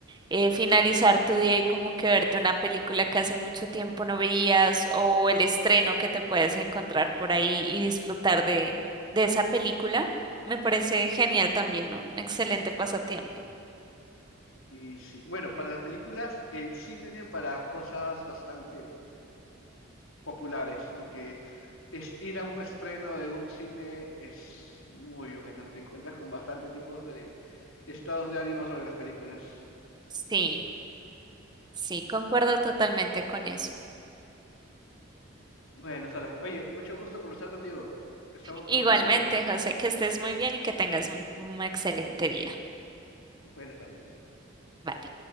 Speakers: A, on the right (about 20°); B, on the left (about 80°).
A: eh, finalizar tu día y como que verte una película que hace mucho tiempo no veías o el estreno que te puedes encontrar por ahí y disfrutar de, de esa película. Me parece genial también, un excelente pasatiempo.
B: Y sí, bueno, para las películas, el cine para cosas bastante populares, porque es ir a un estreno de un cine es muy bueno, te encuentras con bastante tipos de estados de ánimo sobre las películas.
A: Sí. Sí, concuerdo
B: Ujú.
A: totalmente con eso.
B: Bueno, Sara, oye, mucho gusto conversar contigo. Estamos
A: Igualmente,
B: conversando.
A: José, que estés muy bien y que tengas un un excelente día.
B: Buenas tardes.
A: Vale.